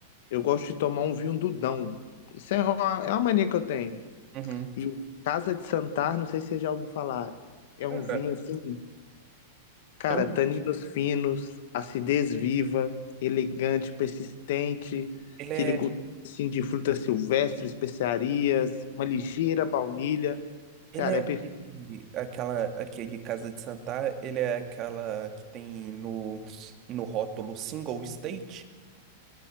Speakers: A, on the left; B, on the right.
A: eu gosto de tomar um vinho Dudão. Isso é uma, é uma mania que eu tenho.
B: uhum.
A: E o Casa de Santar, não sei se você já ouviu falar, é
B: Cara,
A: um vinho assim, cara,
B: é um...
A: taninos finos, acidez viva, elegante, persistente,
B: ele
A: aquele
B: é,
A: gostinho assim, de fruta silvestre, especiarias, uma ligeira baunilha.
B: ele
A: Cara,
B: é
A: é
B: aquele,
A: perfeito.
B: aquela, aquele Casa de Santar, ele é aquela que tem no, no rótulo single state.